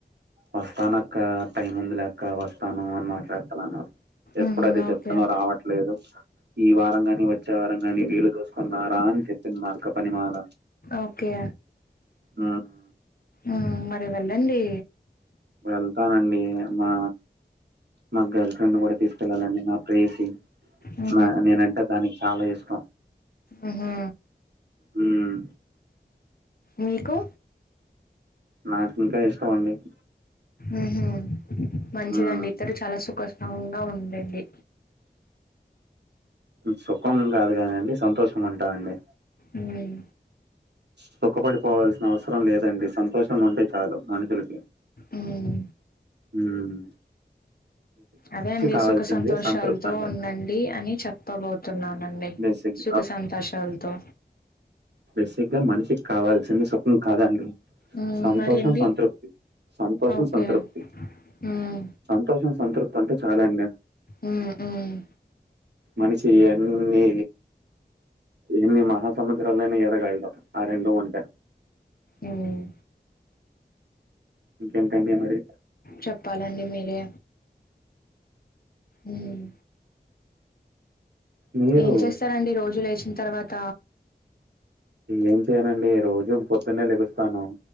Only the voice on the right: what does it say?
వస్తాను అక్క టైమ్ ఉందిలెక్క వస్త స్తాను అని మాట్లాడుతున్నాను ఎప్పుడదే
చెప్తున్నావు
రావట్ లేదు ఈ వారం కానీ వచ్చే వారం కానీ వీలు చూసుకొని రా రా అని చెప్పింది మా అక్క పనిమాల
ఉమ్మ్
వెళ్తానండి మా మా గైల్ ఫ్రెండ్నీ కూడా తీసుకెళ్ళాలండి నా ప్రేయసి
నా నేనంటే దానికి చాలా ఇష్టం
ఉమ్
నాకు ఇంకా ఇష్టం అండి
మ్మ్
సుఖం కాదు కానీ అండి సంతోషంగా ఉంటామండి
సుఖపడిపోవల్సిన అవసరం లేదండి సంతోషంగా ఉంటె చాలు మనుషులకి
ఉమ్మ్
కావాల్సింది
సంతృప్తి అండి
బేసిక్
బేసిగ్గా మనిషికి కావాల్సింది సుఖం కాదండి
సంతోషం
సంతృప్తి సంతోషం
సంతృప్తి
సంతోషం సంతృప్తి అంటే చాలు అండి
మనిషి ఎన్ ఇన్ని ఎన్ని మహాసముద్రాలనా ఇదగాలడు ఆ రెండు ఉంటే
ఇంకేంటండి మరి
మీరు
ఏం చెయనండి రోజు పొద్దున్నే లెగుస్తాను